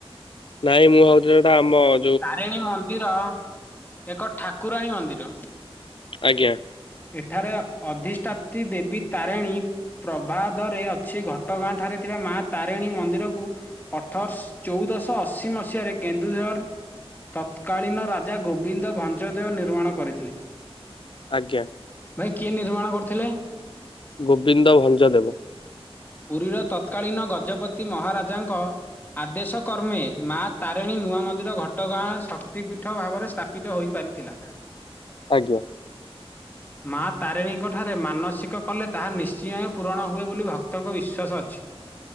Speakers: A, on the left (about 55°); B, on the left (about 20°).
A: ନାଇଁ ମୁଁ ଭାବୁଥିଲି ହେଟା ଆମର୍
B: ତାରେଣୀ ମନ୍ଦିର ଏକ ଠାକୁରାଣୀ ମନ୍ଦିର।
A: ଆଜ୍ଞା।
B: ଏଠାରେ ଅଧିଷ୍ଠାତୀ ଦେବୀ ତାରେଣୀ ପ୍ରଭାଦରେ ଅଛି ଘଟଗାଁ ଠାରେ ଥିବା ମା ତାରେଣୀ ମନ୍ଦିରକୁ ଅଠରଶ ଚଉଦଶହ ଅଶୀ ମସିହାରେ କେନ୍ଦୁଝର ତତତ୍କାଳୀନ ରାଜା ଗୋବିନ୍ଦ ଭଞ୍ଜଦେଓ ନିର୍ମାଣ କରିଥିଲେ।
A: ଆଜ୍ଞା।
B: ଭାଇ କିଏ ନିର୍ମାଣ କରିଥିଲେ?
A: ଗୋବିନ୍ଦ ଭଞ୍ଜ ଦେବ।
B: ପୁରୀର ତ ତତ୍କାଳୀନ ଗଜପତି ମହାରାଜାଙ୍କ ଆଦେଶ କର୍ମେ ମା ତାରିଣୀ ନୂଆ ମନ୍ଦିର ଘଟ ଘଟଗାଁ ଶକ୍ତିପୀଠ ଭାବରେ ସ୍ଥାପିତ ହୋଇପାରିଥିଲା।
A: ଆଜ୍ଞା।
B: ମା ତାରିଣୀଙ୍କ ଠାରେ ମାନସିକ କଲେ ତାହା ନିଶ୍ଚୟ ପୂରଣ ହୁଏ ବୋଲି ଭକ୍ତଙ୍କ ବିଶ୍ୱାସ ଅଛି।